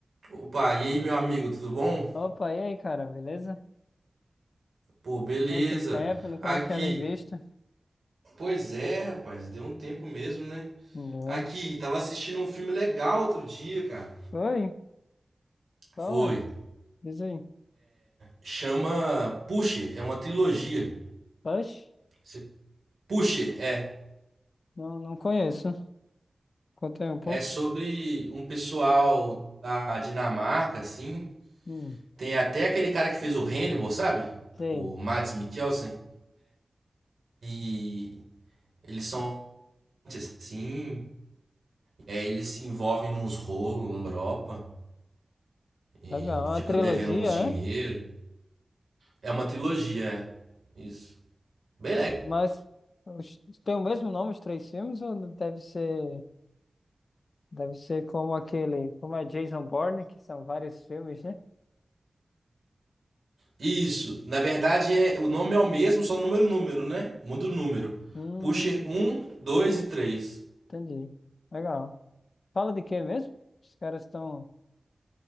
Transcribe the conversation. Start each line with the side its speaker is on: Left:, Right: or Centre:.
Right: Opa, e aí, meu amigo, tudo bom?
Left: Opa, e aí, cara, beleza?
Right: Pô, beleza.
Left: Quanto tempo, nunca
Right: Aqui.
Left: mais tinha lhe visto.
Right: Pois é, rapaz, deu um tempo mesmo, né?
Left: Né?
Right: Aqui, tava assistindo um filme legal outro dia, cara.
Left: Oi, qual
Right: Foi.
Left: é? Diz aí.
Right: Chama Pusher, é uma trilogia.
Left: Push?
Right: Você- Pusher, é.
Left: Não, não conheço. Conta aí um pouco.
Right: É sobre um pessoal da Dinamarca, assim.
Left: Hum,
Right: Tem até aquele cara que fez o Hannibal, sabe?
Left: sei.
Right: O Mads Mikkelsen. E eles são assim. é, eles se envolvem nos rolos na Europa. E
Left: Legal,
Right: ficam
Left: é uma trilogia,
Right: devendo uns dinheiro.
Left: é?
Right: É uma trilogia, é. Isso. Bem legal.
Left: Mas os- tem o mesmo nome, os três filmes, ou deve ser, deve ser como aquele, como é Jason Bourne, que são vários filmes, né?
Right: Isso. Na verdade, é, o nome é o mesmo, só número número, né? Muda o número.
Left: Hum,
Right: Pusher um dois e três
Left: entendi. Legal. Fala de quê mesmo? Os caras estão